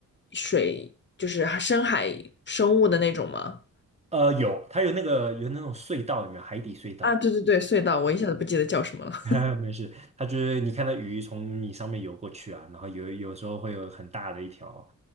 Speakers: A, on the left; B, on the right.
A: 水，就是深海生物的那种吗？
B: 呃，有它有那个有那种隧道，里面海底隧道？
A: 啊，对对对，隧道，我一下子不记得叫什么了。<laughs>
B: <laughs> 没事，它就是你看到鱼从你上面游过去啊，然后有有时候会有很大的一条，